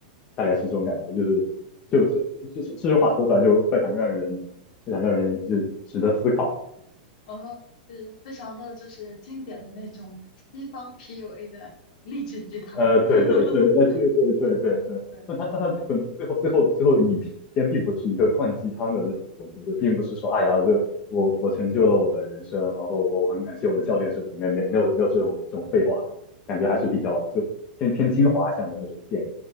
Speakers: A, on the left; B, on the left.
A: 大概是这种感觉，就是。就这这这这句话说出来就非常让人非常让人就值得思考。
B: <laughs> 哦，是非常的就是经典的那种西方 PUA 的励志鸡汤。
A: 呃，对对对，
B: <laughs>
A: 呃，对对对对对，
B: 对对，
A: 但他但他本最后最后最后影片并不是一个灌鸡汤的那种故事，并不是说哎呀，就我我成就了我的人生，然后我我很感谢我的教练这种没没没有没有这种这种废话，
B: 嗯
A: 感觉还是比较就偏偏精华向的那种电影。
B: 嗯，